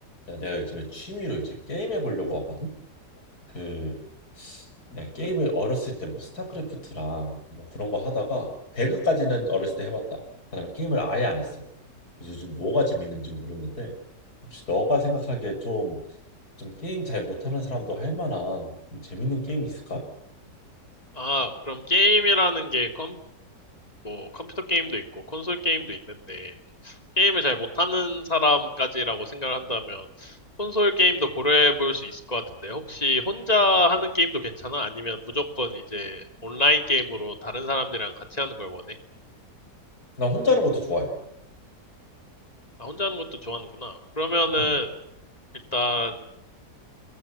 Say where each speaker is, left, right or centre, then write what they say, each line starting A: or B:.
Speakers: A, on the left; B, on the left.
A: 야, 내가 요즘에 취미로 이제 게임 해보려고 하거든. 그 내가 게임을 어렸을 때 뭐 스타크래프트랑 뭐 그런 거 하다가 배그까지는 어렸을 때 해봤다. 그다음에 게임을 아예 안 했어. 그래서 요즘 뭐가 재밌는지 모르는데 혹시 너가 생각하기에 좀 좀 게임 잘 못하는 사람도 할 만한 좀 재밌는 게임이 있을까?
B: 아, 그럼 게임이라는 게 컴, 뭐, 컴퓨터 게임도 있고 콘솔 게임도 있는데 게임을 잘 못하는 사람까지라고 생각을 한다면 콘솔 게임도 고려해 볼 수 있을 것 같은데 혹시 혼자 하는 게임도 괜찮아? 아니면 무조건 이제 온라인 게임으로 다른 사람들이랑 같이 하는 걸 원해?
A: 나 혼자 하는 것도 좋아해.
B: 아, 혼자 하는 것도 좋아하는구나. 그러면은
A: 음,
B: 일단